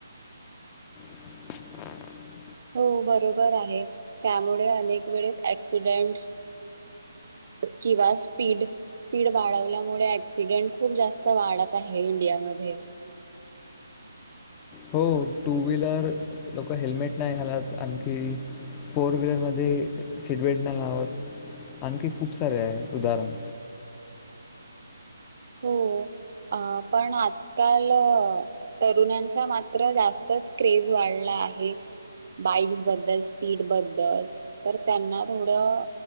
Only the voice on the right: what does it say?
हो बरोबर आहे त्यामुळे अनेक वेळेस एक्सीडेंट्स किंवा स्पीड स्पीड वाढवल्यामुळे ऍक्सिडेंट खूप जास्त वाढत आहे इंडियामध्ये.
हो अ पण आजकाल तरुणांचा मात्र जास्तच क्रेज वाढला आहे. बाईक्स बद्दल स्पीड बद्दल तर त्यांना थोडं